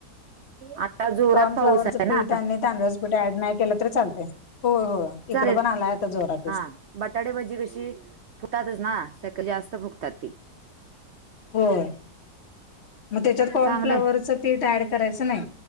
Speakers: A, on the right; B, on the left.
A: आता जोरात
B: कॉर्नफ्लावरचं
A: पाऊस आहे
B: पीठ
A: ना
B: आणी तांदळाचं पीट ऍड नाय केलं तरी चालतंय. हो हो
A: चालेल
B: इकडं पण आलाय आता जोरात.
A: हा बटाटेभजी कशी फुतातच ना जास्त फुकतात ते.
B: होय, म त्याच्यात कॉर्नफ्लावरचं
A: चांगलं
B: पीट ऍड करायचं नाही.